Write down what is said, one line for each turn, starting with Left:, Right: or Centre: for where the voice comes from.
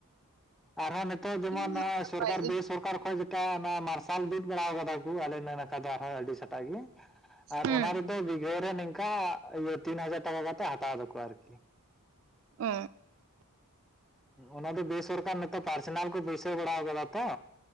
Centre: ᱟᱨᱦᱚᱸ ᱱᱤᱛᱚᱜ ᱡᱮᱢᱚᱱ
Right: ᱢᱟ
Centre: ᱱᱚᱜᱼᱚᱭ
Right: ᱱᱟᱯᱟᱭ
Centre: ᱥᱚᱨᱠᱟᱨ
Right: ᱜᱮ
Centre: ᱵᱮᱥᱚᱨᱠᱟᱨ ᱠᱷᱚ ᱛᱟ ᱚᱱᱟ ᱢᱟᱨᱥᱟᱞ ᱵᱤᱫ ᱵᱟᱲᱟᱣ ᱠᱟᱫᱟ ᱠᱚ ᱟᱞᱮ ᱱᱚ ᱱᱟᱠᱷᱟ ᱫᱚ ᱟᱨᱦᱚᱸ ᱟᱹᱰᱤ ᱥᱟᱴᱟ ᱜᱤ ᱟᱨ
Right: ᱦᱮᱸ
Centre: ᱚᱱᱟ ᱨᱮᱫᱚ ᱵᱤᱜᱷᱟᱹ ᱨᱮ ᱱᱤᱝᱠᱟ ᱤᱭᱟᱹ ᱛᱤᱱ ᱦᱟᱡᱟᱨ ᱴᱟᱠᱟ ᱠᱟᱛᱮ ᱦᱟᱛᱟᱣ ᱫᱟᱠᱚ ᱟᱨᱠᱤ
Right: ᱚ
Centre: ᱚᱱᱟ ᱫᱚ ᱵᱮᱥᱚᱨᱠᱟᱨ ᱱᱤᱛᱚᱜ ᱯᱟᱨᱥᱚᱱᱟᱞ ᱠᱚ ᱵᱟᱹᱭᱥᱟᱹᱣ ᱵᱟᱲᱟ ᱟᱠᱟᱫᱟ ᱛᱚ